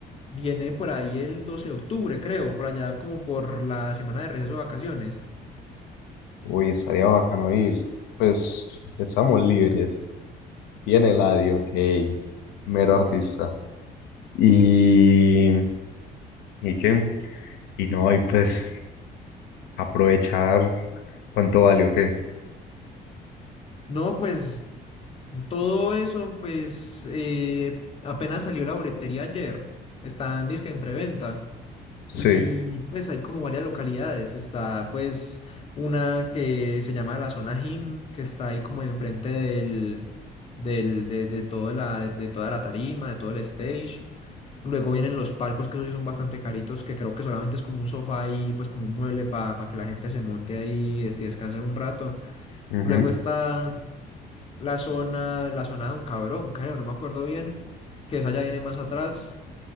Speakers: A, on the left; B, on the left.
A: viene por ahí el 12 de octubre, creo, por allá como por la semana de receso de vacaciones.
B: Uy, estaría bacano ir, pues, estamos libres, viene Eladio, ok, mero artista, y... y que, y no, y pues aprovechar cuánto vale o qué.
A: No, pues Todo eso, pues, eh, apenas salió la boletería ayer. Está en disque en preventa.
B: Sí.
A: Y pues hay como varias localidades. Está pues una que se llama la zona gym, que está ahí como enfrente del, del, de, de, todo la, de, de toda la tarima, de todo el stage. Luego vienen los palcos, que esos sí son bastante caritos, que creo que solamente es como un sofá y pues como un mueble para que la gente se monte ahí y des- y descanse un rato.
B: ujú.
A: Luego está la zona, la zona de un cabrón, creo, no me acuerdo bien, que esa ya viene más atrás